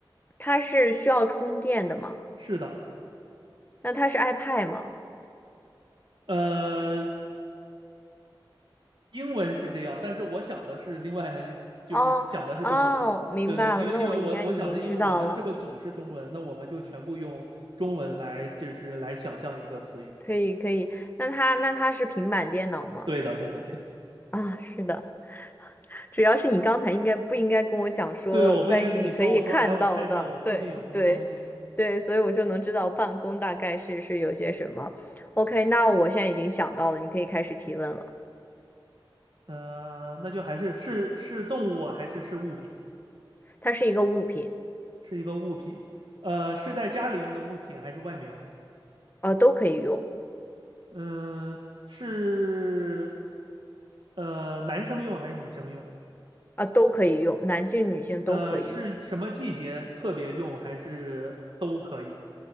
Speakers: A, on the left (about 20°); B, on the right (about 65°).
A: 它是需要充电的吗？
B: 是的，
A: 那它是 iPad 吗？
B: 呃，英文是这样，但是我想的是另外，就是想的是中文，
A: 哦哦，明白了，
B: 对不对？因为因为我我想着，
A: 那我应该已经知道了，
B: 因为我们这个组是中文，那我们就全部用中文来，就是来想象一个词语。
A: 可以可以。那它那它是平板电脑吗？
B: 对的，对的，对的，
A: 啊，是的，主要是你刚才应该不应该跟我讲说，
B: 对，我不应该跟你说，
A: 在你可以看到的，
B: 我说，哎，我看一下我附近有什么东西，
A: 对对。对，所以我就能知道办公大概是是有些什么。OK，那我现在已经想到了，你可以开始提问了。
B: 嗯，那就还是是是动物啊还是是物品？
A: 它是一个物品，
B: 是一个物品，呃，是在家里用的物品还是外面用的？
A: 啊、都可以用，
B: 嗯，是，呃，男生用还是女生用？
A: 啊、都可以用，男性、女性都可以。
B: 呃，是什么季节特别用，还是都可以？